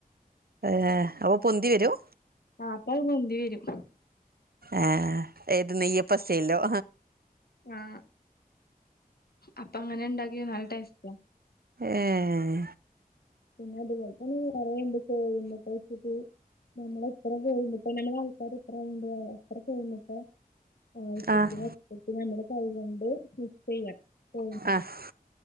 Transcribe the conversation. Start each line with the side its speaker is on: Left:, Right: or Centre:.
Right: ഏഹ് അപ്പൊ പൊന്തി വരും
Left: ആ അപ്പൊത് പൊന്തി വരും
Right: ഏഹ് ഏത് നെയ്യപ്പസ്റ്റൈയിൽലോ
Left: ആഹ് അപ്പം അങ്ങനെ ഇണ്ടാക്കിയ നല്ല ട്ടെസ്റ്റ
Right: ഏഹ്
Left: പിന്നെ അതുപോലെ തന്നെ കൊറെ <unintelligible> <unintelligible> <unintelligible> ആവശ്യത്തിന്
Right: ആഹ്
Left: ആവശ്യത്തിന് നമ്മള് കൈകൊണ്ട് മിക്സ് ചെയ്യാ കോഴി
Right: ആഹ്